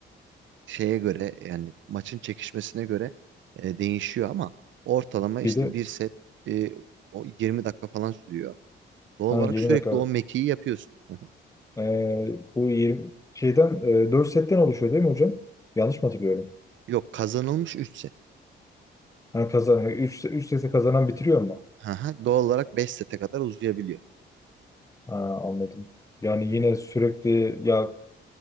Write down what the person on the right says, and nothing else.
şeye göre yani maçın çekişmesine göre e, değişiyor ama ortalama işte
bir set e, o 20 dakika falan sürüyor. Doğal
olarak
sürekli
o mekiği yapıyorsun. Hı hı.
Yok kazanılmış üç set.
Hı hı. Doğal olarak 5 sete kadar uzayabiliyor.
Hı
hı.